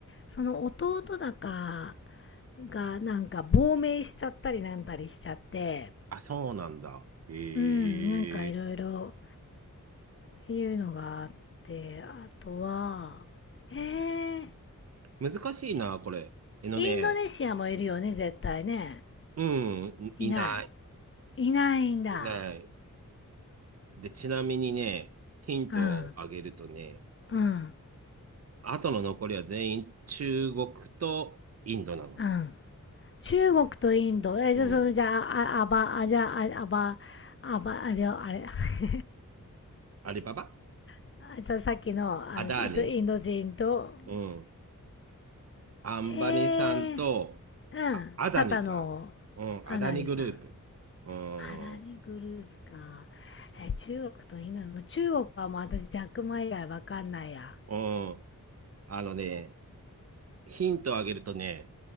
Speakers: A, on the left (about 40°); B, on the right (about 50°).
A: その弟だかがなんか亡命しちゃったりなんたりしちゃって
B: あ、そうなんだ。へえ。
A: うんなんかいろいろっていうのがあってあとはえー、
B: 難しいな、これ。えのね、
A: インドネシアもいるよね絶対ね
B: うん、いいない、
A: いないいないんだ
B: いない。で、ちなみにね、ヒントをあげるとね、
A: うんうん
B: 後の残りは全員中国とインドなの。
A: うん中国とインド。え、じゃあ、
B: うん。
A: その、じゃあ、あ、あば、あ、じゃあ、あ、あば、あば、あ、じゃあ、あれ。<laughs> あじゃああば
B: アリババ
A: あばあじゃああれじゃあさっきの、あの、
B: アダーニ
A: インドインド人と、
B: うん。アンバニさんと、
A: えー、うん。
B: あ、アダニさん。
A: タタの、
B: うん、
A: アダニさん。
B: アダニグループ。うん、
A: アダニグループか。
B: う
A: え、中国とインド。も中国はもう私、ジャックマ以外わかんないや。
B: ん。あのね、ヒントをあげるとね、